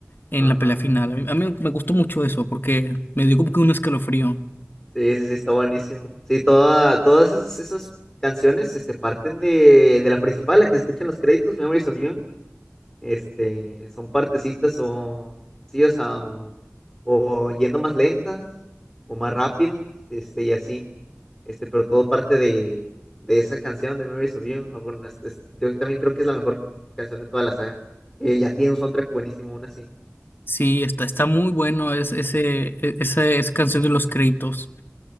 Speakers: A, on the left (about 50°); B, in the centre.
A: en
B: ajá.
A: la pelea final. A mí, a mí me gustó mucho eso, porque me dio como que un escalofrío.
B: Sí, sí, sí, está buenísimo. Sí, toda, todas esas, esas canciones, este, parten de, de la principal, la que escuchan los créditos, Memories of You. este, son partecitas o sí, o sea, o, o yendo más lentas o más rápidas, este, y así, este, pero todo parte de, de esa canción de Memories of You. Ah, Bueno, es- es- yo también creo que es la mejor canción de toda la saga, que ya tiene un soundtrack buenísimo aún así.
A: Sí, está, está muy bueno es, ese, e- esa, esa canción de los créditos.